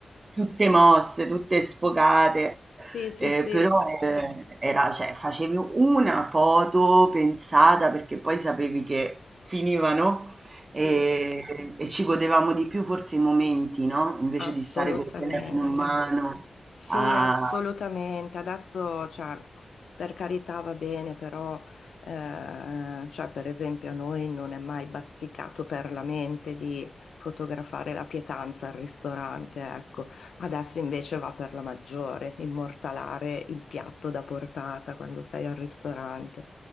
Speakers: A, on the right; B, on the left.
A: tutte mosse, tutte sfocate,
B: Sì, sì,
A: eh,
B: sì,
A: però eh, era, cioè, facevi una foto pensata perché poi sapevi che finivano
B: sì,
A: e, e ci godevamo di più forse i momenti, no? Invece
B: assolutamente.
A: di stare col telefono in mano
B: Sì,
A: a...
B: assolutamente. Adesso, cioè, per carità va bene, però, eh, cioè, per esempio, a noi non è mai bazzicato per la mente di fotografare la pietanza al ristorante, ecco. Adesso invece va per la maggiore, immortalare il piatto da portata quando sei al ristorante.